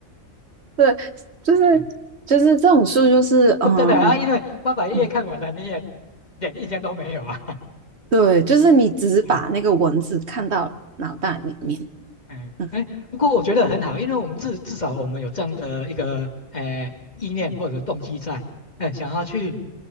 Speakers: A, on the right; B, on the left.
A: 对，就是
B: 嗯
A: 就是这种书，就是嗯
B: 说真的啊，因为八百页看完了，
A: 嗯，
B: 你也点印象都没有啊。
A: 对，就是你只是把那个文字看到脑袋里面，
B: <laughs> 嗯，
A: 嗯。
B: 哎，不过我觉得很好，因为我们至至少我们有这样的一个呃意念或者动机在，嗯，想要去